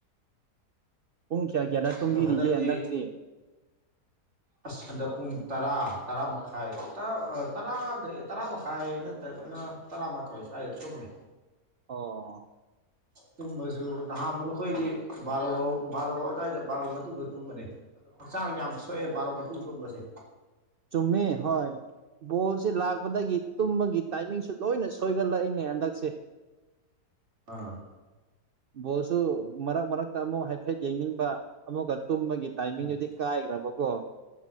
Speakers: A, on the right; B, on the right.
A: ꯄꯨꯡ ꯀꯌꯥ ꯀꯌꯥꯗ ꯇꯨꯝꯕꯤꯔꯤꯒꯦ
B: ꯑꯗꯣ ꯍꯟꯗꯛꯇꯤ
A: ꯅꯛꯇꯦ
B: ꯑꯁ ꯍꯟꯗꯛ ꯄꯨꯡ ꯇꯔꯥ ꯇꯔꯥ ꯃꯈꯥꯏ ꯇꯔꯥ ꯇꯔꯥ ꯃꯈꯥꯏ ꯇ ꯂꯣꯏꯅ ꯇꯔꯥꯃꯥꯊꯣꯏ ꯁ꯭ꯋꯥꯏꯗ ꯇꯨꯝꯃꯤ
A: ꯑꯣ
B: ꯇꯨꯝꯕꯁꯨ ꯅꯍꯥꯟꯃꯨꯛ ꯑꯩꯈꯣꯏꯗꯤ ꯕꯥꯔꯣ ꯕꯥꯔꯣ ꯑꯗꯨꯋꯥꯏꯗ ꯕꯥꯔꯣ ꯃꯇꯨꯡꯗ ꯇꯨꯝꯕꯅꯤ ꯑꯗꯣ ꯍꯛꯆꯥꯡ ꯌꯥꯝ ꯁꯣꯛꯑꯦ ꯕꯥꯔꯣ ꯃꯇꯨꯡ ꯇꯨꯝꯕꯁꯦ
A: ꯆꯨꯝꯃꯤ ꯍꯣꯏ ꯕꯣꯜꯁꯤꯦ ꯂꯥꯛꯄꯗꯒꯤ ꯇꯨꯝꯕꯒꯤ ꯇꯥꯏꯃꯤꯡꯁꯨ ꯂꯣꯏꯅ ꯁꯣꯏꯒꯠꯂꯛꯏꯅꯦ ꯍꯟꯗꯛꯁꯦ
B: ꯑꯥ
A: ꯕꯣꯜꯁꯨ ꯃꯔꯛ ꯃꯔꯛꯇ ꯑꯃꯨꯛ ꯍꯥꯏꯐꯦꯠ ꯌꯦꯡꯅꯤꯡꯕ ꯑꯃꯨꯛꯀ ꯇꯨꯝꯕꯒꯤ ꯇꯥꯏꯃꯤꯡ
B: ꯎꯝ
A: ꯑꯗꯨꯗꯤ ꯀꯥꯏꯈ꯭ꯔꯕꯀꯣ